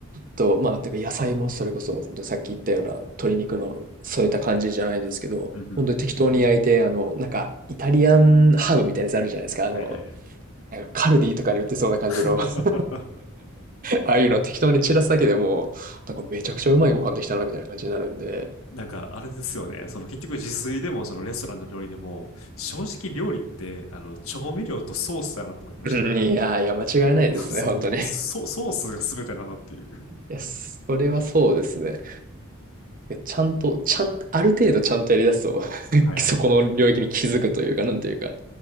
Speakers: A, on the right; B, on the left.
A: と、まあ、てか野菜もそれこそ、本当にさっき言ったような鶏肉の添えた感じじゃないですけど、
B: うんうん。
A: 本当に適当に焼いて、あの、なんか、イタリアンハーブみたいなやつあるじゃないですか。あの、
B: はいはいはい。
A: なんかカルディとかに売ってそうな感じの
B: <laughs>
A: <laughs> ああいうの適当に散らすだけでもう、なんかめちゃくちゃうまいご飯できたな、みたいな感じになるんで、
B: なんか、あれですよね。その結局自炊でも、そのレストランの料理でも、正直料理って、あの、調味料とソースだなと思いまし
A: うん、いやー、いや、間違いないですね、
B: た。<laughs> そう、
A: 本当に。
B: もうソ、ソースが全てだなっていう。
A: いや、それはそうですね。ちゃんと、ちゃん、ある程度ちゃんとやりだすと、<laughs>
B: はいはい。
A: そこの領域に気づくというか、なんというか。